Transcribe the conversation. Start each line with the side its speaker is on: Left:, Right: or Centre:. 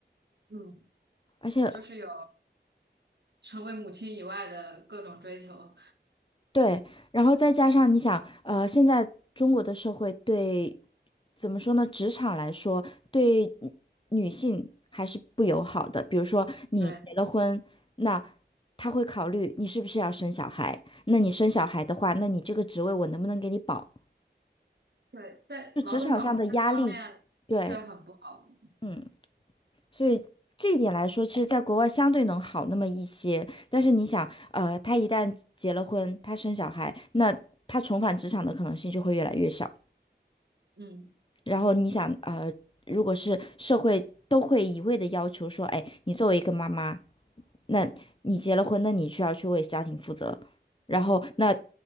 Right: 嗯，
Left: 而且
Right: 就是有成为母亲以外的各种追求。
Left: 对，然后再加上你想，呃，现在中国的社会对，怎么说呢？职场来说，对女女性还是不友好的。比如说，你结了婚，
Right: 对
Left: 那他会考虑你是不是要生小孩。那你生小孩的话，那你这个职位我能不能给你保？
Right: 对，在劳动保护这方面却很不好。
Left: 就职场上的压力，对，嗯。所以这一点来说，其实在国外相对能好那么一些。但是你想，呃，他一旦结了婚，他生小孩，那他重返职场的可能性就会越来越小。
Right: 嗯
Left: 然后你想，呃，如果是社会都会一味的要求说，哎，你作为一个妈妈，那你结了婚，那你需要去为家庭负责。然后那